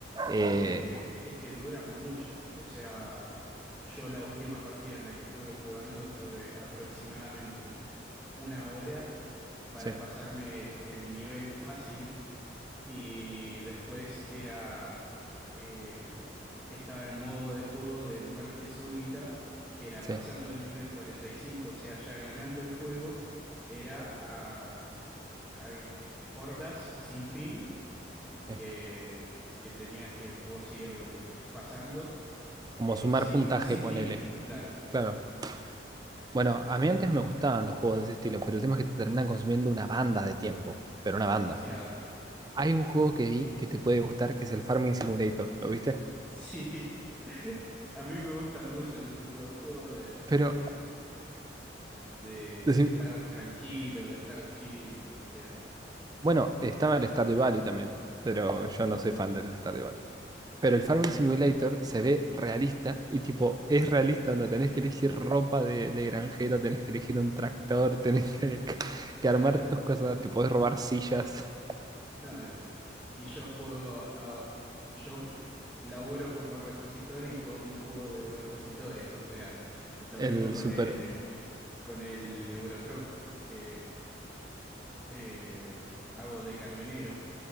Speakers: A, on the right (about 20°); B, in the centre.
A: Eh,
B: es que es que dura mucho. O sea, yo la última partida en la que estuve jugando estuve aproximadamente una hora para
A: Sí,
B: pasarme el nivel fácil Y después era. em, estaba el modo de juego de muerte súbita, que era
A: sí,
B: pasando el nivel cuarenta y cinco o sea, ya ganando el juego, era a, a hordas sin fin
A: sí.
B: que, que tenías que vos ir pasando
A: Como
B: eh,
A: sumar
B: sin,
A: puntaje,
B: sin
A: ponele.
B: límite, claro,
A: Claro. Bueno, a mí antes me gustaban los juegos de ese estilo, pero el tema es que te terminan consumiendo una banda de tiempo, pero una
B: demasiado.
A: banda. Hay un juego que vi que te puede gustar, que es el Farming Simulator, ¿lo viste?
B: Sí, <laughs> a mí me gusta mucho ese tipo de juego
A: Pero,
B: de,
A: decí-
B: de estar tranquilo, de estar chill, o sea,
A: bueno, estaba el Stardew Valley también, pero yo no soy fan del Stardew Valley. Pero el Farming Simulator se ve realista y tipo, es realista, onda, tenés que elegir ropa de, de granjero, tenés que elegir un tractor, tenés que,
B: claro.
A: que armar tus cosas, te podés robar sillas.
B: No, eh, y yo juego a, yo ju- laburo como repositorio y juego un juego de repositores, o sea, lo
A: El
B: mismo con
A: super
B: el, con el Eurotruck, que eh, hago de camionero,